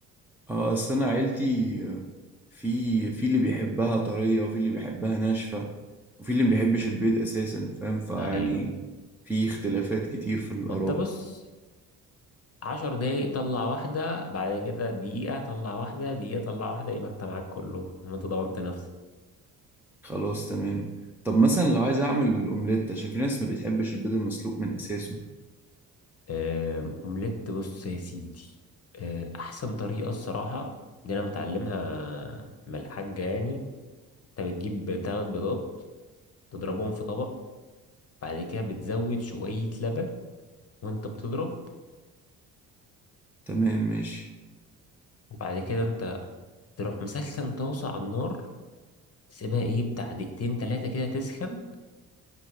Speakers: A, in the centre; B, on the left (about 35°).
A: اه اصل انا عيلتي آه، في في اللي بيحبها طرية وفي اللي بيحبها ناشفة وفي اللي ما بيحبش البيض اساسا فاهم فيعني
B: ايوه
A: في اختلافات كتير في الاراء
B: ما انت بص عشر دقايق طلع واحدة بعد كده دقيقة طلع واحدة دقيقة طلع واحدة يبقى انت معاك كله لما انت ضمنت نفسك
A: خلاص تمام طب مثلا لو عايز اعمل اومليت عشان في ناس ما بتحبش البيض المسلوق من اساسه
B: آه، اومليت بص يا سيدي آه، احسن طريقة الصراحة دي انا متعلمها من الحاجة يعني انت بتجيب تلات بيضات تضربهم في طبق بعد كده بتزود شوية لبن وانت بتضرب
A: تمام ماشي
B: وبعد كده انت تروح مسخن طاسة على النار تسيبها ايه بتاع دقيقتين تلاتة كده تسخن